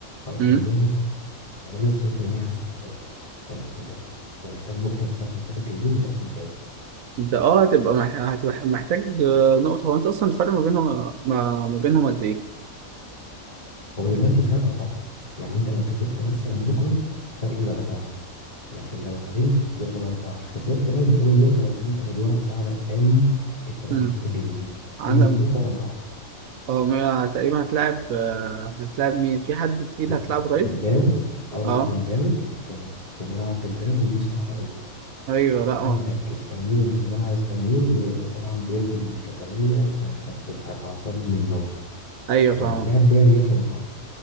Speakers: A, on the left; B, on the right.
A: خلاص
B: يعني
A: هي بنسبه 98% حسمت الدوري خلاص انت هتبقى محتاج نقطه من الثلاث ماتشات الجايين وتحسم الدوري
B: انت اه هتبقى مح- هتبقى محتاج آه، نقطة هو انت اصلا الفرق ما بينهم ما ما بينهم قد ايه؟
A: هو دلوقتي الفرق اربعه يعني انت لو كسبت مثلا بكره الفرق يبقى سبعه لكن لو اتعادلت يفضل أربعة خسرت بقى يبقى فاضل نقطة بس أنت جدولك صعب قوي الثلاث
B: امم
A: ماتشات الجايين
B: عندك
A: منهم اتنين بره ملعبك
B: اه ما- تقريبا هتلاعب آه، هتلاعب مين؟ في حد تقيل
A: ب-
B: هتلاعبه طيب؟
A: بلباو اه
B: اه
A: بلباو في في ملعب بلباو ودي صعبة قوي
B: ايوه
A: وعندك
B: لا اه
A: اسبانيول في ملعب اسبانيول وده ده طبعا ديربي كاتالونيا ف- فبتبقى الأعصاب من نار
B: ايوه
A: وهتلاعب
B: فاهم
A: فياريال في ملعب